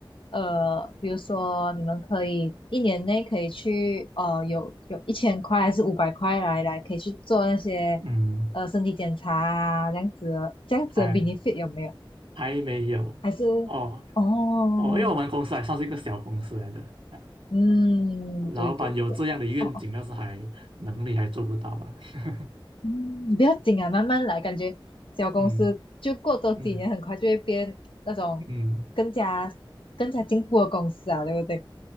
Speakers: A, on the left (about 75°); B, on the right (about 75°).
A: 呃，比如说你们可以一年内可以去呃，有有一千块还是五百块来来，可以去做那些
B: 嗯，
A: 呃身体检查啊，这样子的这样子的
B: 还
A: benefit 有没有？
B: 还没有哦
A: 还是哦，
B: 哦，因为我们公司还算是一个小公司来的啊，
A: 嗯，
B: 老板有这样的愿景，
A: 对对对，哦哦，
B: 但是还能力还做不到吧？<laughs>
A: 嗯，你不要紧啊，慢慢来，感觉小公司就过多几年，
B: 嗯嗯
A: 很快就会变那种更加更加进步的公司啊，
B: 嗯
A: 对不对？